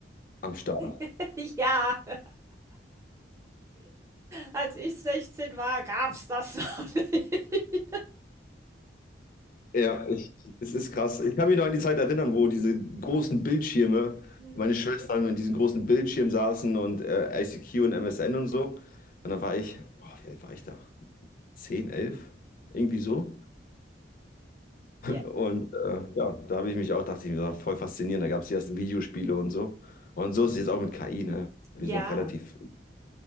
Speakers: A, on the left (about 45°); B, on the right (about 15°).
A: am Start.
B: <laughs> Ja. <laughs> Als ich 16 war, gab's das noch nicht. <laughs>
A: Ja, ich, es ist krass. Ich kann mich noch an die Zeit erinnern, wo diese großen Bildschirme,
B: J
A: meine Schwestern in diesen großen Bildschirmen saßen und äh, ICQ und MSN und so. Und da war ich, boah, wie alt war ich da? zehn 11 irgendwie so.
B: ja,
A: Und äh, ja, da habe ich mich auch, dachte ich mir, das war voll faszinierend. Da gab es die ersten Videospiele und so. Und so ist es jetzt auch mit KI, ne? Wir
B: Ja.
A: sind noch relativ